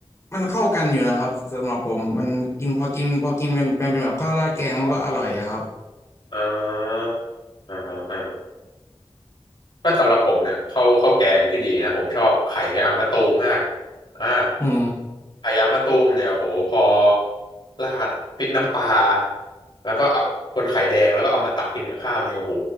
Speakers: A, on the left; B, on the left.
A: มันเข้ากันอยู่นะครับสำหรับผมมันกินพอกินพอกินเป็นเป็นเป็นแบบข้าวราดแกงมันก็อร่อยอะครับ
B: อ่าอ่าอ่าอ่าถ้าสำหรับผมเนี่ยข้าวข้าวแกงที่ดีนะผมชอบไข่แมงอังมะตูมมากอ่า
A: อืม
B: ไข่แมงอังมะตูมเนี่ยโหพอราดพริกน้ำปลาแล้วก็เอาคนไข่แดงแล้วก็เอามาตักกินกับข้าวนี่โอ้โห